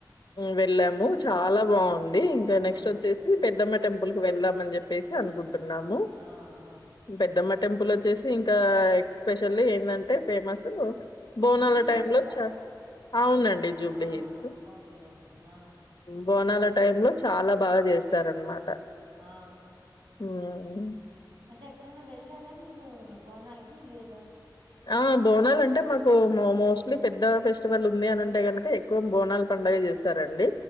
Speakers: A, on the left; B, on the right.
A: వెళ్ళాము చాలా బాగుంది ఇంకా
B: ఆ
A: నెక్స్ట్ వచ్చేసి సి పెద్దమ్మ టెంపుల్ కి వెళ్దాం అని చెప్పేసి అనుకుంటున్నాము
B: ఆ ఆ
A: పెద్దమ్మ టెంపుల్ వచ్చేసి ఇంకా ఎక్స్పెసియల్లీ ఏందంటే ఫేమసు బోనాల
B: జూబ్లీ హిల్స్
A: టైంలో
B: కదా
A: చ
B: అది
A: అవునండి జూబ్లీ
B: ఆ
A: హిల్స్
B: ఆ ఓకే ఓకే ఆ
A: బోనాల టైమ్ లో చాలా బాగా చేస్తారనమాట
B: ఆ
A: ఊ ఊ
B: అంటే ఎప్పుడైనా వెళ్ళారా మీరు బోనాలకి లేదా
A: ఆ బోనాలు అంటే మాకు మో మోస్ట్లీ పెద్ద ఫెస్టివల్ ఉంది అని అంటే గనుక క్కువ బోనాలు పండగ చేస్తారండి